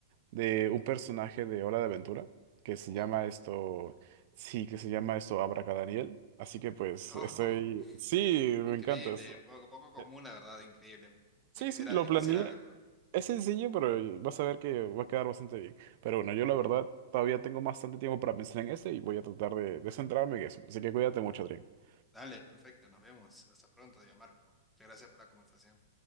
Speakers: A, on the right (about 55°); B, in the centre.
A: de un personaje de Hora de Aventura que
B: oh.
A: se llama esto, sí, que se llama esto Abracadaniel. Así que pues
B: Oh,
A: estoy, sí,
B: <laughs>
A: me
B: increíble,
A: encanta esto.
B: poco, poco común,
A: Eh,
B: la verdad, increíble.
A: Sí,
B: Ya quisiera,
A: sí, lo
B: ya
A: planeé.
B: quisiera verlo,
A: Es sencillo, pero vas a ver que va a quedar bastante bien. Pero bueno,
B: me
A: yo
B: imagino.
A: la verdad todavía tengo bastante tiempo para pensar en este y voy a tratar de, de centrarme en eso. Así que cuídate mucho, Adrián.
B: Dale, perfecto, nos vemos. Hasta pronto, Marco. Muchas gracias por la conversación.